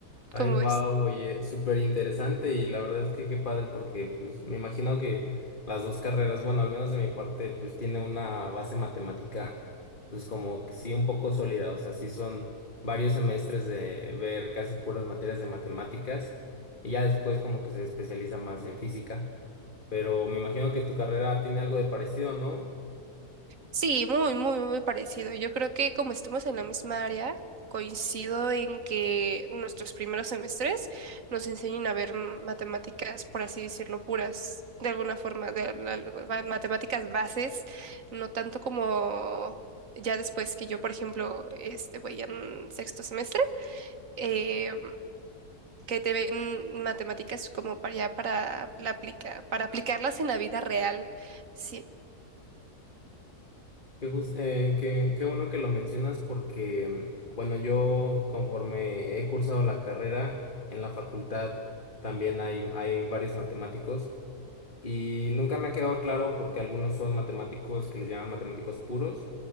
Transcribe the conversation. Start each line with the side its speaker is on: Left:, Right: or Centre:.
Left: Ay,
Right: ¿Cómo
Left: wow,
Right: ves?
Left: oye, súper interesante y la verdad es que qué padre porque pues me imagino que las dos carreras, bueno, al menos de mi parte, pues tiene una base matemática pues como que sí un poco sólida, o sea, sí son varios semestres de ver casi puras materias de matemáticas y ya después como que se especializa más en física, pero me imagino que tu carrera tiene algo de parecido, ¿no?
Right: Sí, muy, muy, muy parecido. Yo creo que como estamos en la misma área, coincido en que nuestros primeros semestres nos enseñen a ver matemáticas, por así decirlo, puras, de alguna forma, de, la- la- matemáticas bases, no tanto como ya después que yo, por ejemplo, este, voy en sexto semestre, eh, que te ven matemáticas como para ya para la aplica, para aplicarlas en la vida real. Sí,
Left: Qué, jus- eh, qué- qué bueno que lo mencionas porque, mm, bueno, yo conforme he cursado la carrera en la facultad también hay, hay varios matemáticos y nunca me ha quedado claro porque algunos son matemáticos que les llaman matemáticos puros